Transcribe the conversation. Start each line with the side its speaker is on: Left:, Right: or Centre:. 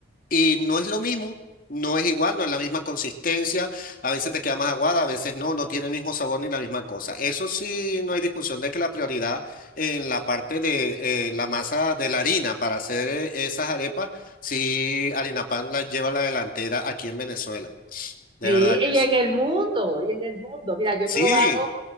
Left: Y no es lo mismo, no es igual, no es la misma consistencia, a veces te queda más aguada, a veces no, no tiene el mismo sabor ni la misma cosa. Eso sí, no hay discusión de que la prioridad en la parte de eh, la masa de la harina para hacer eh, esas arepas, sí, Harina Pan la lleva a la delantera aquí en Venezuela, de
Right: Sí,
Left: verdad
Right: y
Left: que
Right: en
Left: sí.
Right: el mundo, y en el mundo. Mira, yo
Left: Sí,
Right: he probado